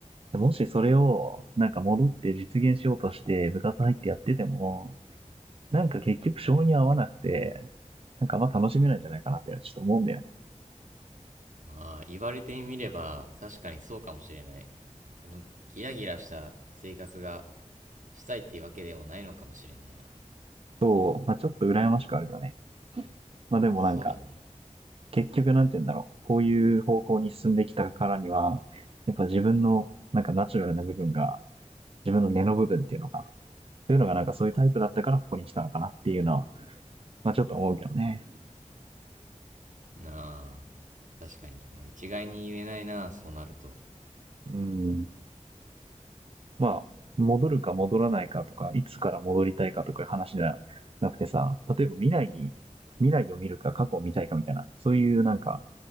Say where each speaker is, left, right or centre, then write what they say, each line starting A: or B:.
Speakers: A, on the right; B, on the right.
A: もしそれをなんか戻って実現しようとして部活入ってやってても、なんか結局性に合わなくて、なんかあんま楽しめないんじゃないかなってちょっと思うんだよね。
B: ーあ言われてみれば確かにそうかもしれない。あの、ギラギラした生活がしたいっていうわけでもないのかもしれないな。
A: そう、まあちょっと羨ましくはあるけどね。まあでもなんか、
B: そうだね。
A: 結局なんて言うんだろう、こういう方向に進んできたからには、やっぱ自分のなんかナチュラルな部分が、自分の根の部分っていうのが、そういうのがなんかそういうタイプだったからここに来たのかなっていうのは、まあちょっと思うけどね。
B: なあ、確かに。まあ一概に言えないな、そうなると。
A: うん。まあ、戻るか戻らないかとか、いつから戻りたいかとかいう話じゃなくてさ、例えば未来に、未来を見るか過去を見たいかみたいな、そういうなんか、